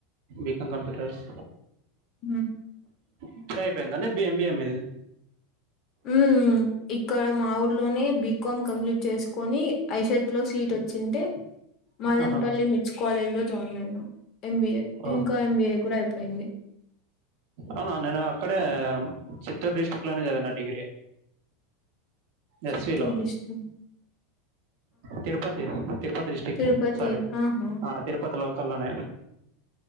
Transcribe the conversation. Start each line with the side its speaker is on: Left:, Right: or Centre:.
Right: BCom computers
Left: హ్మ్.
Right: ఇప్పుడే అయిపోయిందండి బీఎంబీఏ మీది
Left: మ్మ్ ఇక్కడ మా ఊర్లోనే బీకాం కంప్లీట్ చేసుకొని ఐసెట్ లో సీట్ వచ్చింటె మదన్పల్లి
Right: ఆహా!
Left: మిర్చ్ కాలేజ్ లో జాయిన్ అయినా ఎంబిఏ
Right: ఓహ్!
Left: ఇంకా ఎంబిఏ కూడా అయిపోయింది
Right: ఆను నేను అక్కడే చిత్తూరు డిస్టిక్ లోనే చదివిన డిగ్రీ
Left: చిత్తూర్
Right: ఎస్‌విలో
Left: డిస్ట్
Right: తిరుపతి తిరుపతి డిస్టిక్
Left: తిరుపతి
Right: సారి
Left: ఆహా
Right: ఆ తిరుపతి లోకల్లోనే